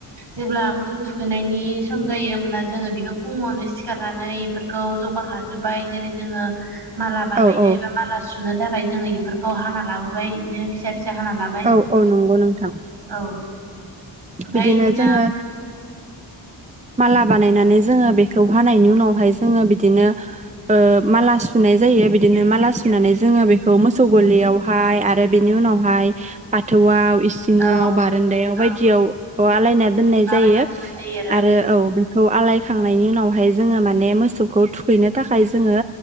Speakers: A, on the right; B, on the right.
A: जेब्ला मोसौ थुखैनायनि सम जायो होनब्ला जोङो बिनाव फुङावनो सिखारनानै बेफोरखौ जगार लाबोनाय जेरै जोङो माला बानायनाय
B: औ औ
A: बा माला सुनाय सुनो थाखाय जोङो इफोरखौ हाना लाबोबाय बिदिनो फिसा फि फिसा हाना लाबाय
B: औ औ नंगौ नोंथां
A: औ ओमफ्राय
B: बिदिनो
A: इदिना
B: जोङो माला बानायनानै जोङो बेखौ हानायनि उनावहाय जोङो बिदिनो माला ओ सुनाय जायो बिदिनो माला सुनानै जोङो बेखौ मोसौ गलियाव हाय आरो बिनि उनाव हाय बाथौआव इसिङाव
A: औ
B: बारान्दायाव
A: औ
B: बायदियाव आलायना दोननाय
A: बानायना
B: जायो
A: दोननाय जायो आरो
B: आरो औ बेखौ आलायखांनायनि उनावहाय जोङो माने मोसौखौ थुखैनो थाखाय जोङो